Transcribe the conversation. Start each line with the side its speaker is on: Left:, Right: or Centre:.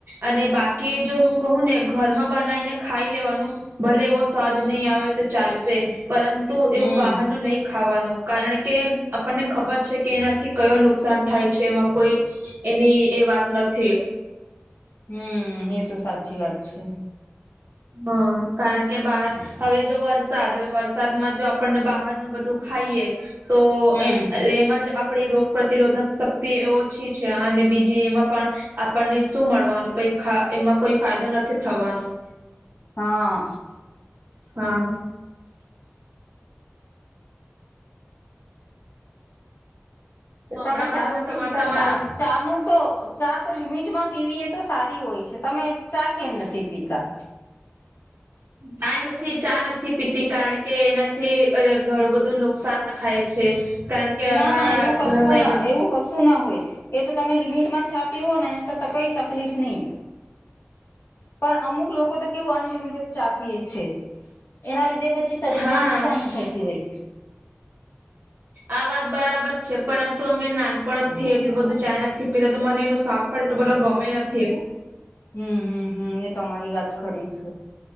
Right: અને બાકી જો હું કહું ને ઘરમાં બનાવીને ખાઈ લેવાનું. ભલે એવો સ્વાદ નહીં આવે તો ચાલશે પરંતુ
Left: હમ
Right: એવું બહાર ન નહી ખાવાનું. કારણ કે આપણને ખબર છે કે એનાથી કયો નુકસાન થાય છે. એમાં કોઈ એની એ વાત નથી.
Left: હમ્મ, એ તો સાચી વાત છે.
Right: હા, કારણ કે બા હવે જો વરસાદ. હવે વરસાદમાં જો આપણને બહારનું બધું ખાઈએ તો
Left: હમ
Right: એન એમાં જ આ આપણી રોગ પ્રતિરોધક શક્તિ ઓછી છે. અને બીજી એમાં પણ આપણને શું મળવાનું. કઈક ખા એમાં કોઈ ફાયદો નથી થવાનું.
Left: હા.
Right: હમ્મ. હું
Left: જો તમે
Right: હમણાં બધું
Left: ચા નથી
Right: સમા
Left: પીતા,
Right: તમારા
Left: ચા ચાનું તો, ચા તો લિમિટમાં પીવી એ તો સારી હોય છે. તમે ચા કેમ નથી પીતા?
Right: કાંય નથી. ચા નથી પીતી, કારણ કે, એનાથી અર ઘણું બધું નુકસાન થાય છે. કારણ કે
Left: ના
Right: અમારા
Left: ના, એવું કશું
Right: ઘરમાં
Left: ન.
Right: એ બધું
Left: એવું કશું શું ના હોય. એ તો તમે લિમિટમાં ચા પીવોને, તો કઈ તકલીફ નહીં. પણ અમુક લોકો તો કેવું અનલિમિટેડ ચા પીએે છે. એના લીધે પછી થી શરીરને
Right: હા
Left: નુકસાની થતી હોય.
Right: આ વાત બરાબર છે. પરંતુ અમે નાનપણથી એટલું બધું ચાં નથી પીતા, તો મને એનું સ્વાદ પણ તો બોલો ગમે નથીએ.
Left: હમ્મ, હમ્મ, હમ્મ. એ તમારી વાત ખરી છે.